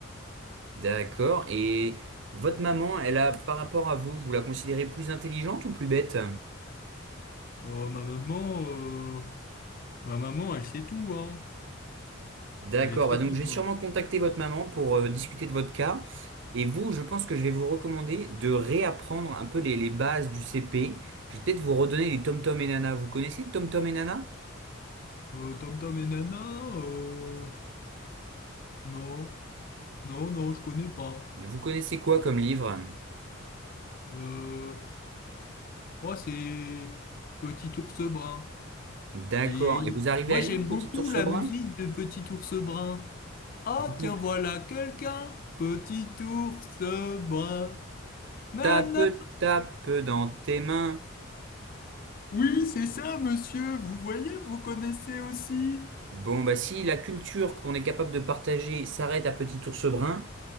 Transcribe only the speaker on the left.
Euh, ma maman, euh, ma maman, elle sait tout, hein.
Elle est très
très
forte.
Euh, Tom Tom et Nana, euh, non, non, non, je connais pas.
Euh, moi, c'est Petit Ours Brun.
Et
moi,
j'aime
beaucoup
la
musique de Petit Ours Brun. Ah,
tiens, voilà quelqu'un. Petit Ours Brun. Nana.
Oui, c'est ça, monsieur. Vous voyez, vous connaissez aussi.